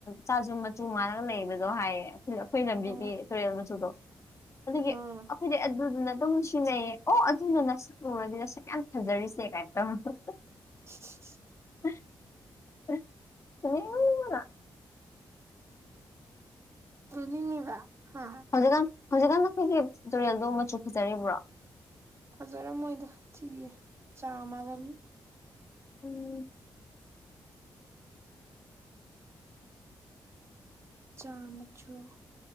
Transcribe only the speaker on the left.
ꯆꯥꯖꯨꯝ ꯃꯆꯨ ꯃꯥꯜꯂꯒ ꯂꯩꯕꯗꯣ ꯍꯥꯏꯌꯦ ꯑꯩꯈꯣꯏ ꯂꯝꯕꯤꯒꯤ
ꯇꯨꯔꯦꯜ ꯃꯆꯨꯗꯣ ꯑꯗꯨꯒꯤ
ꯑꯩꯈꯣꯏꯗꯤ ꯑꯗꯨꯗꯨꯅ ꯑꯗꯨꯝ ꯁꯤꯖꯤꯟꯅꯩꯌꯦ ꯑꯣ ꯑꯗꯨꯅ ꯅꯁꯛꯂꯨꯔꯗꯤ ꯅꯁꯛ ꯌꯥꯝ ꯐꯖꯔꯤꯁꯦ ꯀꯥꯏꯅ ꯇꯧꯔꯛꯄ
<unintelligible>
ꯍꯧꯖꯤꯛꯀꯥꯟ ꯍꯧꯖꯤꯛꯀꯥꯟ ꯅꯈꯣꯏꯒꯤ ꯇꯨꯔꯦꯜꯗꯨ ꯃꯆꯨ ꯐꯖꯔꯤꯕ꯭ꯔꯣ
ꯎꯝ